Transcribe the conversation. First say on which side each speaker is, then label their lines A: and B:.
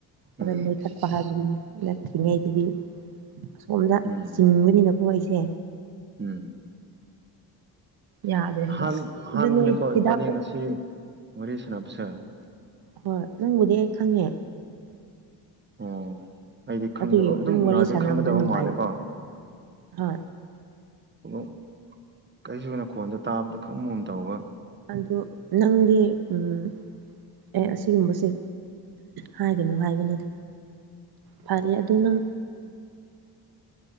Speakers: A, on the right; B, on the right.
A: ꯈꯔ
B: ꯎꯝ
A: ꯅꯣꯏꯈꯠꯄ ꯍꯥꯏꯕꯗꯨꯅꯤ ꯅꯠꯇ꯭ꯔꯤꯉꯩꯗꯗꯤ ꯑꯁꯣꯝꯗ
B: ꯎꯝ
A: ꯆꯤꯡꯕꯅꯤꯅꯀꯣ ꯑꯩꯁꯦ
B: ꯎꯝ
A: ꯌꯥꯗ꯭ꯔꯦ
B: ꯥꯑꯍꯥꯟ
A: ꯍꯥꯏꯕ
B: ꯑꯍꯥꯟꯕꯅꯦꯀꯣ
A: ꯑꯗꯨ ꯅꯣꯏ ꯍꯤꯗꯥꯛ
B: ꯏꯕꯥꯅꯤ ꯉꯁꯤ ꯋꯥꯔꯤ ꯁꯥꯟꯅꯕꯁꯦ
A: ꯍꯣꯏ ꯅꯪꯕꯨꯗꯤ ꯑꯩ ꯈꯪꯉꯦ
B: ꯑꯣ ꯑꯩꯗꯤ ꯈꯪꯗꯕ
A: ꯑꯗꯨꯒꯤ
B: ꯑꯥꯗꯨꯝ
A: ꯑꯗꯨꯝ
B: ꯎꯅꯔꯗꯤ
A: ꯋꯥꯔꯤ ꯁꯥꯟꯅꯕꯗꯣ
B: ꯈꯪꯒꯗꯕ
A: ꯅꯨꯡꯉꯥꯏ
B: ꯃꯥꯜꯂꯦꯀꯣ
A: ꯍꯥ
B: <unintelligible> ꯀꯩꯁꯨꯅ ꯈꯣꯟꯗꯣ ꯇꯥꯕꯗ ꯈꯪꯕꯒꯨꯝ ꯇꯧꯕ
A: ꯑꯗꯨ ꯅꯪꯗꯤ ꯎꯝ ꯑꯦ ꯑꯁꯤꯒꯨꯝꯕꯁꯦ ꯍꯥꯏꯒꯅꯨ ꯍꯥꯏꯕꯅꯤꯗ ꯐꯔꯦ ꯑꯗꯨ ꯇꯨ ꯅꯪ